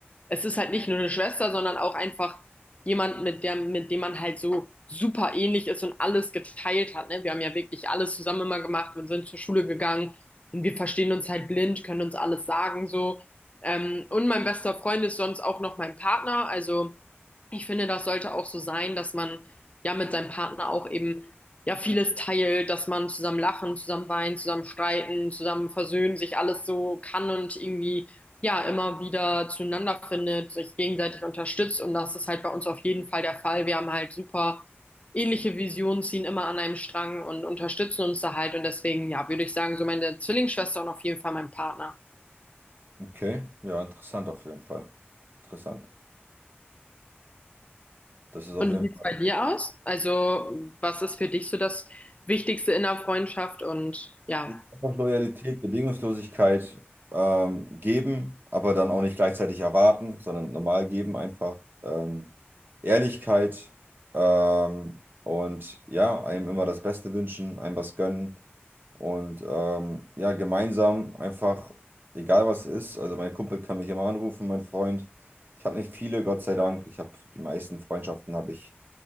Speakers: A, on the left; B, on the right.
A: es ist halt nicht nur eine Schwester, sondern auch einfach jemand, mit der, mit dem man halt so super ähnlich ist und alles geteilt hat, ne? Wir haben ja wirklich alles zusammen immer gemacht, wir sind zur Schule gegangen und wir verstehen uns halt blind, können uns alles sagen so. Ähm, und mein bester Freund ist sonst auch noch mein Partner. Also ich finde, das sollte auch so sein, dass man ja mit seinem Partner auch eben ja vieles teilt, dass man zusammen lachen, zusammen weinen, zusammen streiten, zusammen versöhnen, sich alles so kann und irgendwie ja immer wieder zueinander findet, sich gegenseitig unterstützt. Und das ist halt bei uns auf jeden Fall der Fall. Wir haben halt super ähnliche Visionen, ziehen immer an einem Strang und unterstützen uns da halt. Und deswegen, ja, würde ich sagen, so meine Zwillingsschwester und auf jeden Fall mein Partner.
B: Okay, ja, interessant auf jeden Fall. Interessant. Das ist auf
A: Und
B: jeden
A: wie sieht
B: Fall.
A: es bei dir aus? Also, was ist für dich so das Wichtigste in der Freundschaft? Und ja,
B: Einfach Loyalität, Bedingungslosigkeit ähm, geben, aber dann auch nicht gleichzeitig erwarten, sondern normal geben einfach. Ähm, Ehrlichkeit ähm, und ja, einem immer das Beste wünschen, einem was gönnen und ähm, ja, gemeinsam einfach, egal was ist, also mein Kumpel kann mich immer anrufen, mein Freund. Ich habe nicht viele, Gott sei Dank. Ich habe die meisten Freundschaften habe ich